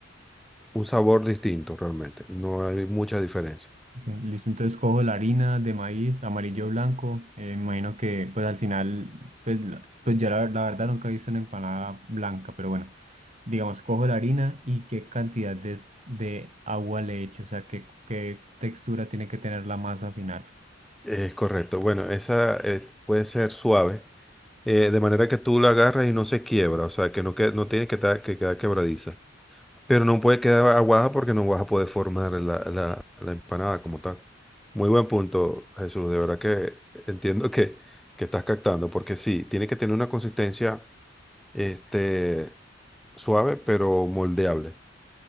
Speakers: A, in the centre; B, on the right.
A: un sabor distinto realmente, no hay mucha diferencia.
B: Ok, Listo, entonces cojo la harina de maíz amarillo o blanco. eh, me imagino que pues al final, pues, la- pues yo la, la verdad nunca he visto una empanada blanca, pero bueno, digamos, cojo la harina y qué cantidad de, s- de agua le echo, o sea, qué, qué textura tiene que tener la masa final.
A: Es correcto. Bueno, esa eh, puede ser suave, eh, de manera que tú la agarras y no se quiebra, o sea, que no, que, no tiene que, ta- que quedar quebradiza. Pero no puede quedar aguada porque no vas a poder formar la, la- la empanada como tal. Muy buen punto, Jesús. De verdad que entiendo que, que estás captando, porque sí, tiene que tener una consistencia este, suave, pero moldeable.